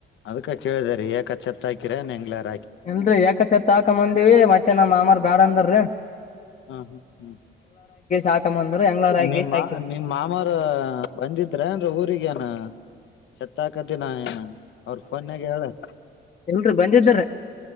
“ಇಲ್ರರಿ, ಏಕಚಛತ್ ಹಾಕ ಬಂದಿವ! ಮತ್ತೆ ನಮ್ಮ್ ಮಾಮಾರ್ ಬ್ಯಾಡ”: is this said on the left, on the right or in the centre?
Left